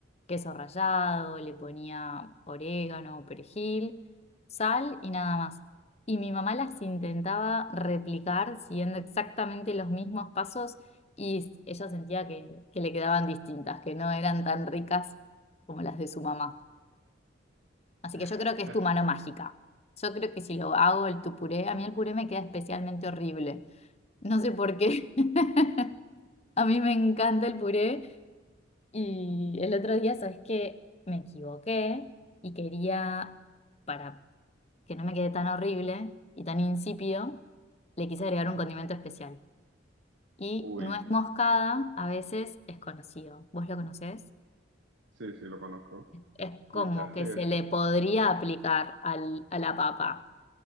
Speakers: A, on the left; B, on the right.
A: queso rallado, le ponía orégano, perejil, sal y nada más. Y mi mamá las intentaba replicar siguiendo exactamente los mismos pasos y ella sentía que, que le quedaban distintas, que no eran tan ricas como las de su mamá. Así
B: <laughs>
A: que yo creo que es tu mano mágica. Yo creo que si lo hago el tu puré, a mí el puré me queda especialmente horrible. No sé por qué. <laughs> A mí me encanta el puré y el otro día, ¿sabes qué? Me equivoqué y quería, para que no me quede tan horrible y tan insípido, le quise agregar un condimento especial. Y
B: Uy,
A: nuez moscada a veces es conocido. ¿Vos lo conocés?
B: sí, sí, lo conozco.
A: Es como
B: Le echaste
A: que se
B: eso.
A: le podría aplicar al- a la papa.